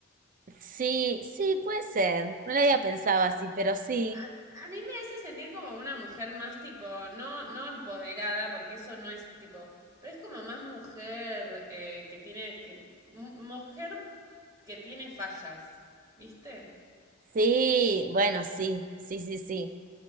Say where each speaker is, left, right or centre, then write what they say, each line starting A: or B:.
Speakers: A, on the right; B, on the right.
A: sí, sí, puede ser. No la había pensado así, pero sí.
B: A, a mí me hace sentir como una mujer más tipo, no, no empoderada, porque eso no es tipo, pero es como más mujer eh, que tiene, que, mu- mujer que tiene fallas, ¿viste?
A: Sí, bueno, sí, sí, sí, sí.